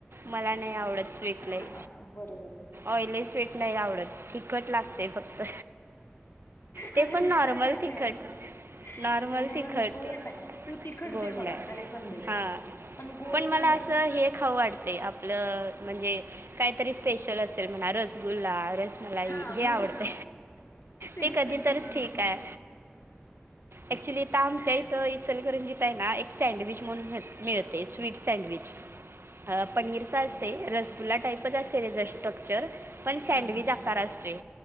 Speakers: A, on the right; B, on the left.
A: मला नाही आवडत. स्वीट लई
B: हां बरोबर आहे.
A: ऑइली स्वीट नाही आवडत तिखट लागत. ते फक्त, ते
B: माझ्या
A: पण
B: मिस्टरांसारखं
A: नॉर्मल तिखट.
B: आहे मग
A: नॉर्मल
B: यांना
A: तिखट,
B: पण गोड नाही तू तिखट
A: गोड
B: दे मला
A: नाय,
B: काही पण दे.
A: हा.
B: गोडचं
A: पण मला
B: नाही.
A: असं हे खाऊ वाटतेय आपलं म्हणजे काहीतरी स्पेशल असेल म्हणा रसगुला, रसमलाई
B: हां
A: हे
B: मग
A: आवडत,
B: सेम
A: ते कधी
B: कंडिशन
A: तर ठीक आहे. एक्चुली इथ आमच्या इचलकरंजीत हाय ना एक सँडविच म्हणून मिळते स्वीट सँडविच अ पनीरचा असते रसगुल्ला टाईपच असते ती स्टफ <unintelligible> पण सँडविच
B: हां, हां.
A: आकार असतोय.